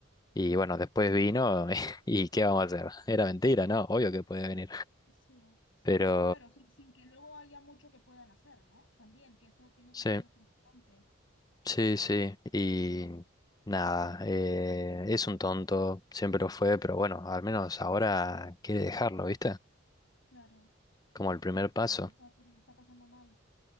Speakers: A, on the left (about 20°); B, on the left (about 70°).
A: Y bueno, después vino <laughs> y ¿qué vamos a hacer? Era mentira, ¿no? Obvio que podía venir.
B: Sí, sí,
A: Pero
B: claro, sin, sin que luego haya mucho que puedan hacer, ¿no? También, que eso tiene
A: Sí,
B: que ser frustrante,
A: sí, sí. Y nada, eh, es un tonto, siempre lo fue, pero bueno, al menos ahora quiere dejarlo, ¿viste?
B: claro,
A: Como el primer
B: pero está,
A: paso.
B: está, pero le está pasando mal,